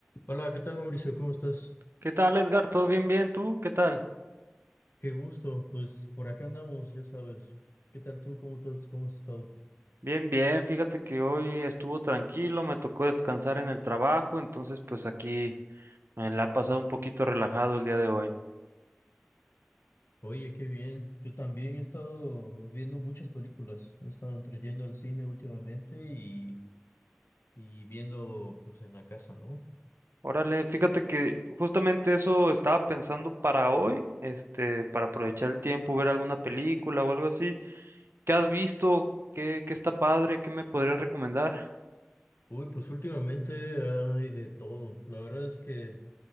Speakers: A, on the left (about 65°); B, on the right (about 70°).
A: Hola, ¿qué tal Mauricio? ¿Cómo estás?
B: ¿Qué tal, Edgar? ¿Todo bien, bien? ¿Tú? ¿Qué tal?
A: Qué gusto. Pues por acá andamos, ya sabes. ¿Qué tal tú? ¿Cómo estás? ¿Cómo has estado?
B: Bien, bien. Fíjate que hoy estuvo tranquilo, me tocó descansar en el trabajo, entonces pues aquí me la ha pasado un poquito relajado el día de hoy.
A: Oye, qué bien. Yo también he estado viendo muchas películas. He estado entre yendo al cine últimamente y, y viendo pues en la casa, ¿no?
B: Órale, fíjate que justamente eso estaba pensando para hoy, este, para aprovechar el tiempo, ver alguna película o algo así. ¿Qué has visto? ¿Qué, qué está padre? ¿Qué me podrías recomendar?
A: Uy, pues últimamente hay de todo. La verdad es que